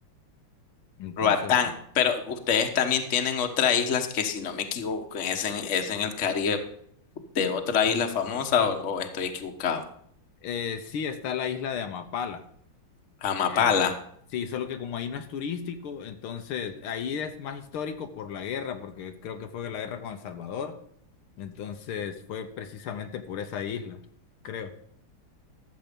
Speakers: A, on the left (about 75°); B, on the left (about 40°).
A: Entonces,
B: Roatán.
A: sí.
B: Pero ustedes también tienen otras islas que, si no me equivoco, es en, es en el Caribe de otra isla famosa o, o estoy equivocado.
A: Eh, sí, está la isla de Amapala.
B: Amapala.
A: Eh, sí, solo que como ahí no es turístico, entonces ahí es más histórico por la guerra, porque creo que fue la guerra con El Salvador. Entonces fue precisamente por esa isla, creo.